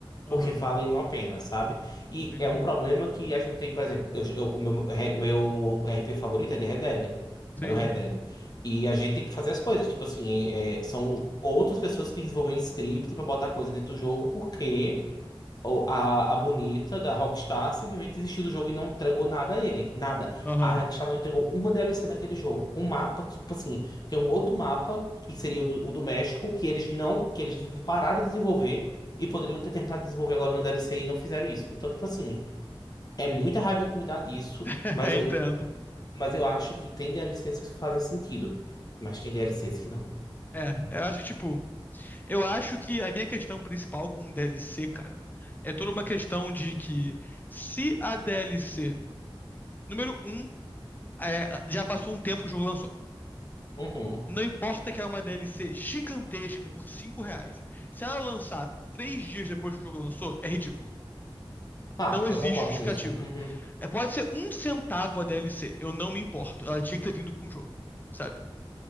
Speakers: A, on the left; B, on the left.
A: Aham,
B: porque valeriam a pena, sabe? E
A: entendi.
B: é um problema que a gente tem, por exemplo, eu- eu- o meu, o meu RP favorito é de Red Dead.
A: Sim.
B: Era o Red Dead. E a gente tem que fazer as coisas, tipo assim, é- é, são outras pessoas que têm que desenvolver um script pra botar coisa dentro do jogo, porque ou A, a bonita da Rockstar simplesmente desistiu do jogo e não entregou nada a ele. Nada.
A: Aham,
B: A Rockstar não entregou uma DLC naquele jogo. Com um mapa que, tipo assim, tem um outro mapa, que seria o do, o do México, que eles não. Que eles des- pararam de desenvolver e poderiam ter terminado de desenvolver agora na DLC e não fizeram isso. Então, tipo assim, é muita raiva que me dá disso,
A: <laughs>
B: mas
A: entendo.
B: eu, mas eu acho que tem DLCs que fazem sentido. Mas tem DLCs que não.
A: É, eu acho que, tipo, eu acho que a minha questão principal com o DLC, cara, é toda uma questão de que se a DLC, número um, é, já passou um tempo que o jogo lançou.
B: Uhum.
A: Não importa que é uma DLC gigantesca por 5 reais. Se ela lançar três dias depois que o jogo lançou, é ridículo.
B: Tá,
A: Não existe
B: eu concordo
A: justificativa.
B: nisso. Uhum.
A: É, pode ser um centavo a DLC, eu não me importo. Ela tinha que ter vindo com o jogo, sabe?